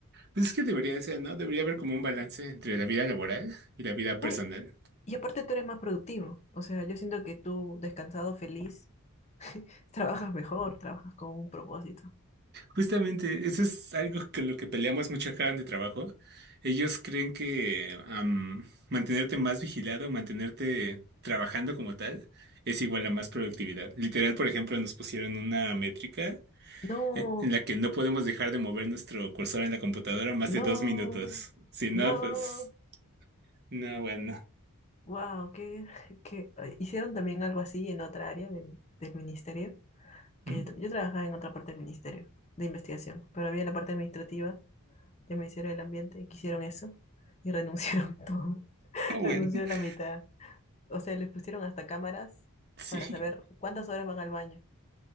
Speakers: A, on the right (about 45°); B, on the left (about 30°).
A: Pues es que debería ser, ¿no? Debería haber como un balance entre la vida laboral y la vida
B: No,
A: personal.
B: y, y aparte tú eres más productivo, o sea, yo siento que tú descansado, feliz, <laughs> Trabajas mejor, trabajas con un propósito.
A: Justamente, eso es algo con lo que peleamos mucho acá donde trabajo. Ellos creen que am, mantenerte más vigilado, mantenerte trabajando como tal, es igual a más productividad. Literal, por ejemplo, nos pusieron una métrica
B: No,
A: eh, en la que no podemos dejar de mover nuestro cursor en la computadora más
B: no,
A: de dos minutos. Si
B: no.
A: no, pues, no, bueno.
B: Wow, que, que hicieron también algo así en otra área del, del ministerio, que
A: Ujú.
B: yo, tra- yo trabajaba en otra parte del ministerio de investigación, pero había la parte administrativa del Ministerio del Ambiente y que hicieron eso y renunciaron <laughs> todo,
A: No, bueno.
B: renunció
A: <laughs>
B: la mitad. O sea, les pusieron hasta cámaras
A: Sí,
B: para saber cuántas horas van al baño.